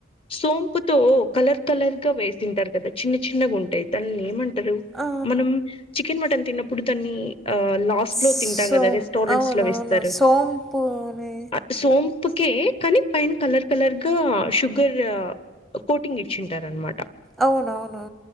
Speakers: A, on the left; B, in the centre.
A: సోంపుతో కలర్ కలర్ గా వేసింటారు కదా చిన్న చిన్నగాంటయిది దానిని ఏమంటారు
B: ఆ!
A: మనం చికెన్ మటన్ తిన్నప్పుడు దాన్ని ఆ లాస్ట్
B: సోమ్
A: లో తింటాం కదా రెస్టారెంట్స్
B: అవునవును
A: లో వేస్తారు
B: సోంపు నీ
A: ఆ సోంపుకే కానీ పైన కలర్ కలర్గా షుగర్ కోటింగ్ ఇచ్చింటారు అనమాట
B: అవునవునవును